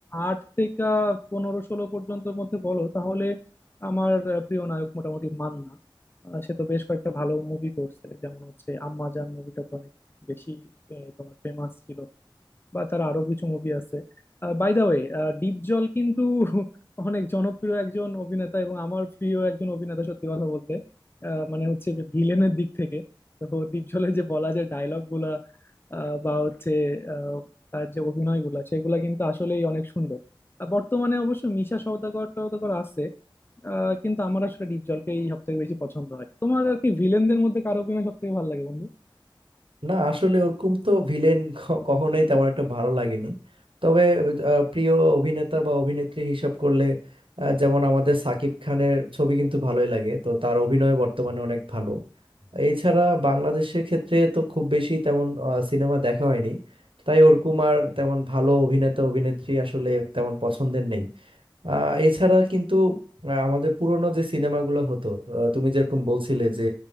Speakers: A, on the left; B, on the right.
A: আট থেকে পনেরো ষোলো পর্যন্তর মধ্যে বলো তাহলে আমার আহ, প্রিয় নায়ক মোটামুটি মান্না আহ, সে তো বেশ কয়েকটা ভালো মুভি করছে যেমন হচ্ছে আম্মাজান মুভিটা তো অনেক বেশি আহ, তোমার ফেমাস ছিল বা তার আরো কিছু মুভি আছে বাই দা ওয়ে ডিপ জল কিন্তু <laughs> অনেক জনপ্রিয় একজন অভিনেতা এবং আমার প্রিয় একজন অভিনেতা সত্যি কথা বলতে আহ, মানে হচ্ছে ভিলেনের দিক থেকে তো ডিপ জলের যে বলা যায় ডায়লগ গুলা আহ, বা হচ্ছে আহ, তার যে অভিনয় গুলা সেগুলা কিন্তু আসলেই অনেক সুন্দর আর বর্তমানে অবশ্য মিশা সওদাগর টওদাগর আছে আহ, কিন্তু আমার আসলে ডিপ জলকেই সব থেকে বেশি পছন্দ হয় তোমার আর কি ভিলেনদের মধ্যে কার অভিনয় সব থেকে ভালো লাগে বন্ধু
B: না আসলে ওরকম তো ভিলেন কখনোই তেমন একটা ভালো লাগেনি তবে আহ, প্রিয় অভিনেতা বা অভিনেত্রী হিসাব করলে আহ, যেমন আমাদের সাকিব খানের ছবি কিন্তু ভালোই লাগে তো তার অভিনয় বর্তমানে অনেক ভালো এছাড়া বাংলাদেশের ক্ষেত্রে তো খুব বেশি তেমন সিনেমা দেখা হয়নি তাই ওরকম আর তেমন ভালো অভিনেতা অভিনেত্রী আসলে তেমন পছন্দের নেই আহ এছাড়া কিন্তু আহ, আমাদের পুরোনো যে সিনেমাগুলো হতো আহ, তুমি যেরকম বলছিলে যে